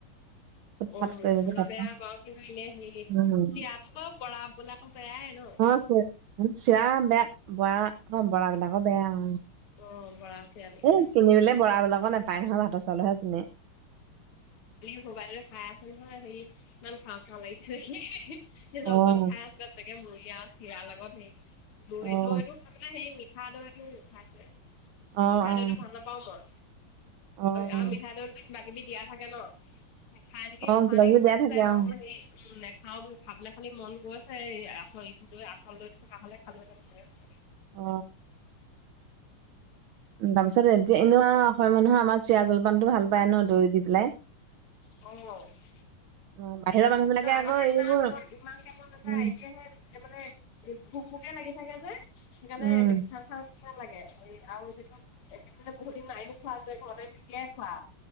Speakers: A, on the right; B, on the left.
A: উৎপাত
B: অ
A: কৰিব
B: এইফালে
A: যে পাপা।
B: বেয়া বাৰু, কিন্তু এনে হেৰি
A: উম
B: চিৰাটো বাৰু বৰা বোলে আকৌ বেয়াই ন
A: অ চ চিৰা বেয়া বৰা অ বৰা বিলাকৰ বেয়া হয়
B: অ', বৰা চিৰাটো
A: এ
B: বেয়া।
A: কিনিবলে বৰাবিলাকৰ ন পাই নহয় ভাতৰ চাউলহে পিনে
B: কবাইৰে খাই আছে নহয় হেৰি ইমান খাওঁ খাওঁ লাগিছে স
A: অ',
B: জলপান খাই আছে তেনেকে মুৰি আৰু চিৰাৰ লগত হেৰি দৈ
A: অ',
B: দৈটো মানে সেই মিঠা দৈটো, মিঠাই
A: অ',
B: মিঠা
A: অ',
B: দৈটো ভাল নাপাও মই
A: অ',
B: আৰু মিঠা দৈটো কিবাকিবি দিয়া থাকে ন খাই নেকি
A: অ',
B: সুধিছিলে,
A: কিবা কিবি দিয়া থাকে অ',
B: মই বুলো নাখাওঁ বুলো খাবলৈ খালি মন গৈছে, এই আচ আচল দৈ থকা হলে খালোহেতেন ম
A: অ উ তাৰপিছততিয়া এনেুৱা অসমীয়া মানুহৰ আমাৰ চিৰা জলপানতটো ভাল পায় ন দৈ দি পেলাই
B: <unintelligible>
A: অ', বাহিৰা মানুহ বিলাকে
B: অ', আগতে
A: আকৌ এইবোৰ
B: ইমান মন, ইমানকে মন নাযায়,
A: উম,
B: এতিয়াহে এতিয়া মানে এ ভোক ভোকেই লাগি থাকে যে, সেইকাৰণে
A: উম,
B: খা খাওঁ নিচিনা লাগে, এই আৰু যিটো, <unintelligible> বহুত দিন নায়ো খোৱা যে ঘৰতে, তেতিয়াই খোৱা।